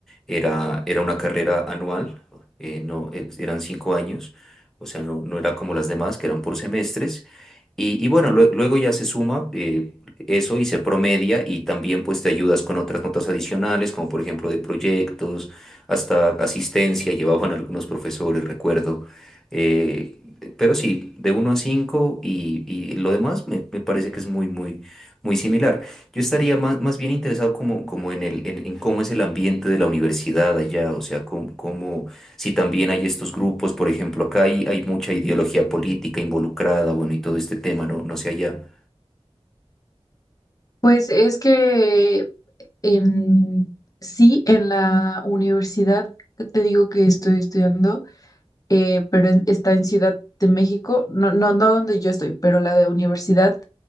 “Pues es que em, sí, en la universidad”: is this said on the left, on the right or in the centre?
Left